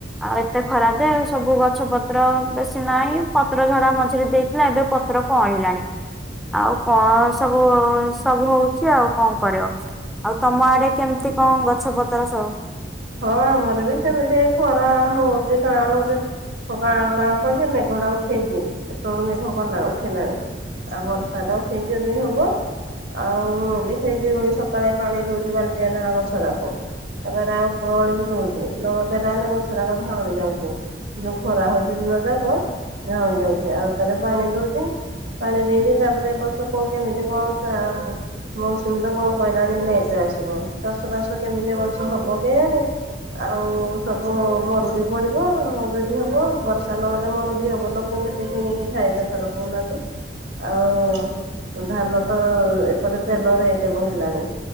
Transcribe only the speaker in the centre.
ଆଉ ଏତେ ଖରା ଦେ ଆଉ ସବୁ ଗଛ ପତ୍ର ବେଶୀ ନାହିଁ ପତ୍ର ଝଡ଼ ମଝିରେ ଦେଇଥିଲା ଏବେ ପତ୍ର କଅଁଳୀ ଲାଣି। ଆଉ କଣ ସବୁ ସବୁ ହୋଉଚି ଆଉ କଣ କରିବ। ଆଉ ତମ ଆଡ଼େ କେମିତି କଣ ଗଛ ପତର ସବୁ?